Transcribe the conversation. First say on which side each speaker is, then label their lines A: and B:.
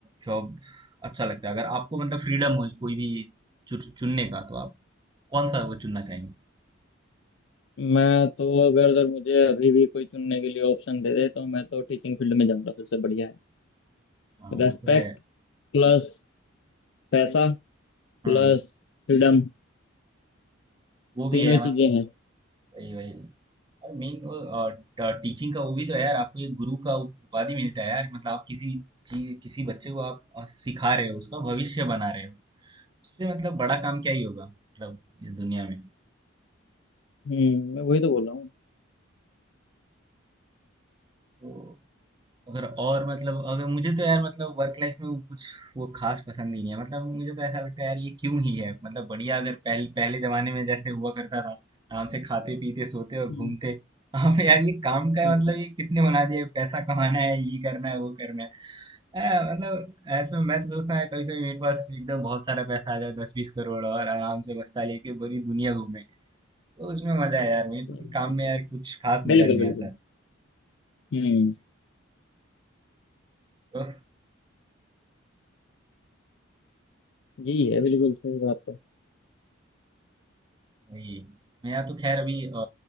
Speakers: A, on the right; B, on the left.
A: जॉब अच्छा लगता है अगर आपको मतलब फ्रीडम हो कोई भी चु- चुनने का तो आप कौन सा वो चुनना चाहेंगे
B: मैं तो अगर अगर मुझे अभी भी कोई चुनने के लिए ऑप्शन दे दे तो मैं तो टीचिंग फील्ड में जाऊंगा सबसे बढ़िया है
A: हाँ
B: रेस्पेक्ट
A: वो तो है
B: प्लस पैसा प्लस
A: हम्म
B: फ्रीडम
A: वो भी
B: तीनों
A: है
B: ही चीजें
A: मतलब
B: हैं
A: वही वही और मेन वो टीचिंग का वो भी तो है यार आपको एक गुरु का उप- उपाधि मिलता है यार मतलब आप किसी चीज किसी बच्चे को आप अ, सिखा रहे हो उसका भविष्य बना रहे हो उससे मतलब बड़ा काम क्या ही होगा मतलब इस दुनिया में
B: हम्म मैं वही तो बोल रहा हूँ
A: तो अगर और मतलब अगर मुझे तो यार मतलब वर्क लाइफ में वो कुछ वो खास पसंद नहीं है मतलब मुझे तो ऐसा लगता है यार ये क्यों ही है मतलब बढ़िया अगर पहले पहले जमाने में जैसे हुआ करता था आराम से खाते पीते सोते और
B: हम्म
A: घूमते <laughs> अब यार ये काम का
B: हम्म,
A: मतलब ये किसने बना दिया है? पैसा कमाना है ये करना है वो करना है आ, मतलब ऐसे में मैं तो सोचता हूँ कभी कभी मेरे पास एकदम बहुत सारा पैसा आ जाए दस बीस करोड़ और आराम से बस्ता लेके पूरी दुनिया घूमे तो उसमें मजा है यार मेरे को
B: सही
A: तो
B: बात
A: काम में
B: है,
A: यार
B: बिल्कुल
A: कुछ खास
B: बिल्कुल
A: मजा नहीं
B: बिल्कुल।
A: आता
B: हम्म
A: <laughs> तो
B: यही है बिल्कुल सही बात है
A: वही मेरा तो खैर अभी अ,